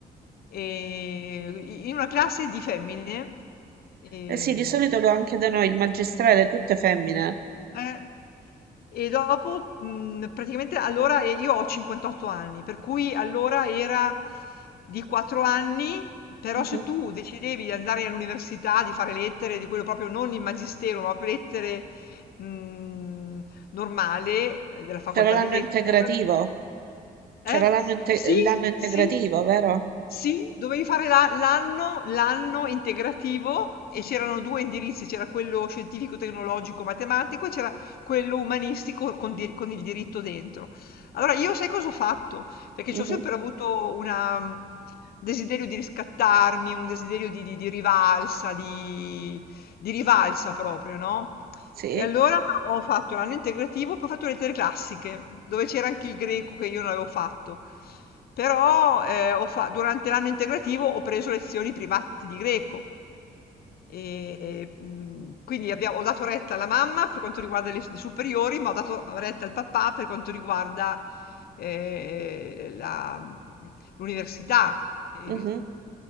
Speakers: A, on the left; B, on the right.
A: e- in una classe di femmine. ehm,
B: Eh sì, di solito lo anche da noi, il magistrale, tutte femmine.
A: eh. E dopo, mhmm, praticamente allora e io ho 58 anni, per cui allora era di 4 anni, però
B: Mhm.
A: se tu decidevi di andare all'università, di fare lettere, di quello proprio non il magistero, ma proprio lettere, mhmm, normale, ehm, della facoltà
B: C'era l'anno
A: di lettere,
B: integrativo.
A: allora
B: C'era
A: eh?
B: l'anno inte-
A: Sì,
B: l'anno integrativo,
A: sì,
B: vero?
A: sì, dovevi fare la l'anno l'anno integrativo e c'erano 2 indirizzi, c'era quello scientifico, tecnologico, matematico e c'era quello umanistico con di con il diritto dentro. Allora io sai cosa ho fatto? Perché
B: Mhm,
A: c'ho sempre avuto una mhmm, desiderio di riscattarmi, un desiderio di di di rivalsa, di di rivalsa proprio, no?
B: Sì.
A: E allora ho fatto l'anno integrativo, poi ho fatto lettere classiche, dove c'era anche il greco che io non avevo fatto. Però eh, ho fa- durante l'anno integrativo ho preso lezioni private di greco. E, mh, quindi abbiamo- ho dato retta alla mamma per quanto riguarda le, le superiori, ma ho dato retta al papà per quanto riguarda eh, la- l'università. E-
B: Mhm.